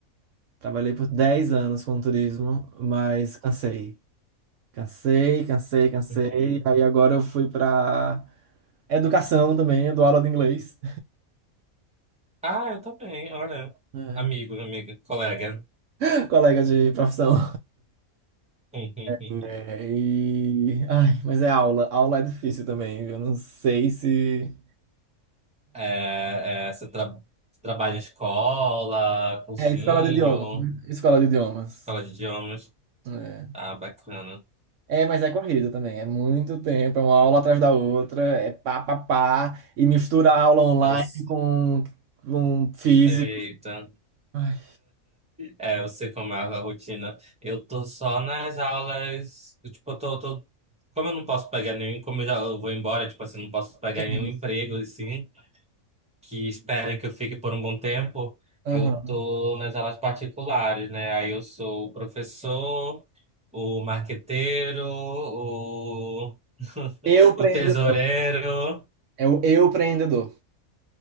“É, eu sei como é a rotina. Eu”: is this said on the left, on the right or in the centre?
Centre